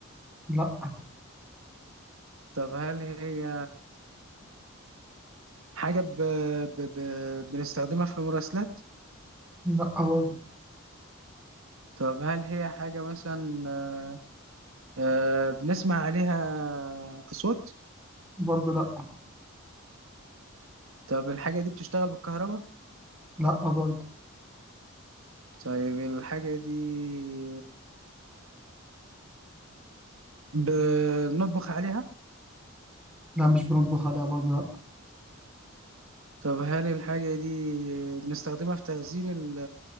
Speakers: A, in the centre; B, on the right.
A: لا
B: طب هل هي حاجة ب... ب... ب... بنستخدمها في مراسلات
A: لا برضه
B: طب هل هي حاجة مثلا آه، آه، بنسمع عليها أصوات
A: برضه لا
B: طب الحاجة دي بتشتغل بالكهرباء
A: لا برضه
B: طيب الحاجة دي بنطبخ عليها
A: لا مش بنطبخ عليها برضه لا
B: طب هل الحاجة دي بنستخدمها في تخزين ال-